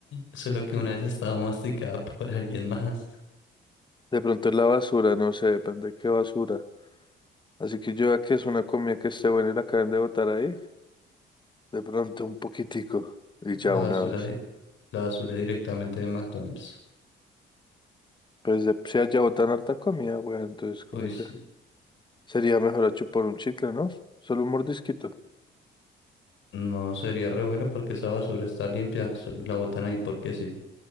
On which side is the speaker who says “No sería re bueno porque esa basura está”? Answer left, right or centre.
Left